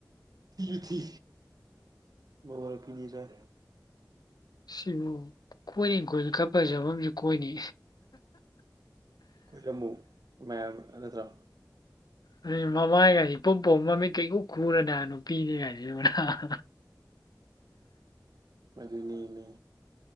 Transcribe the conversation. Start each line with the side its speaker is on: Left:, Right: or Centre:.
Right: ꯊꯤꯖꯨ ꯊꯤ ꯃꯧ ꯍꯜꯂꯛꯄꯤꯅꯦꯖꯨ ꯍꯥꯏ
Left: ꯁꯤꯕꯨ ꯀꯣꯏꯅꯤ ꯀꯣꯏꯔꯗꯤ ꯈꯔ ꯐꯖꯕ ꯑꯝꯖꯨ ꯀꯣꯏꯅꯤ
Right: ꯀꯣꯏꯔꯝꯃꯨ ꯃꯌꯥꯝ ꯅꯠꯇ꯭ꯔ
Left: ꯑꯗꯨꯅꯦ ꯃꯃꯥꯏꯒꯥꯏ ꯏꯄꯣꯝ ꯄꯣꯝ ꯃꯃꯤꯠꯀ ꯏꯈꯨ ꯈꯨꯔꯅ ꯅꯨꯄꯤꯅꯤ ꯒꯥꯏꯅ <unintelligible>
Right: ꯑꯗꯨꯅꯦꯃꯤ